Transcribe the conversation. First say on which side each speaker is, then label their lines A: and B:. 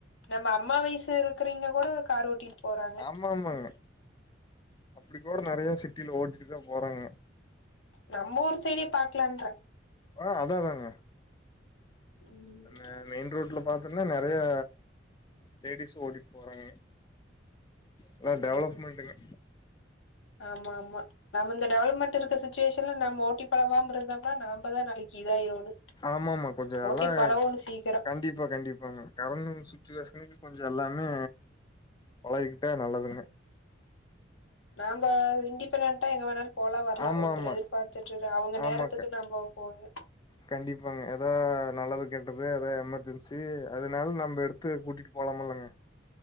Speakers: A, on the left; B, on the left.
A: நம்ம அம்மா வயசு இருக்றவைங்க கூட கார் ஓட்டிட்டு போறாங்க
B: ஆமா ஆமாங்க அப்டி கூட நெறையா
A: ம்
B: சிட்டில ஓட்டிட்டு தா போறாங்க
A: நம்ம ஊர் சைடே பாக்லான்றே
B: ஆ அதா அதாங்க
A: ம்
B: என்ன மெயின் ரோட்ல பாத்தோன்னா நெறையா லேடிஸு ஓட்டிட்டு போறாங்க எல்லா
A: ம்
B: டெவலப்மெண்ட்டுங்க
A: ஆமா ஆமா நம்ம இந்த டெவலப்மெண்ட் இருக்க சுச்சுவேஷன்ல நம்ம ஓட்டி பழவாம இருந்தோனா நம்பதா நாளைக்கி இதாயிருவோனு
B: ஆமாமா கொஞ்சோ நல்லா
A: ஓட்டி பழவோனு சீக்கிரோ
B: கண்டிப்பா கண்டிப்பாங்க கடந்து வந்த சுச்சுவேஷனுக்கு கொஞ்சோ எல்லாமே பழகிக்கிட்டா நல்லதுங்க
A: நாம்ப இண்டிபென்டன்டா எங்க வேணாலு போலா வரலா
B: ஆமாமா
A: ஒருத்தர எதிர்பார்த்துட்டு அவுங்க
B: ஆமாக்கா
A: நேரத்துக்கு நம்ம போக
B: கண்டிப்பாங்க எதா நல்லது கெட்டுது எதாது எமர்ஜென்சி அதனால நம்ம எடுத்து கூட்டிட்டு போலாமல்லங்க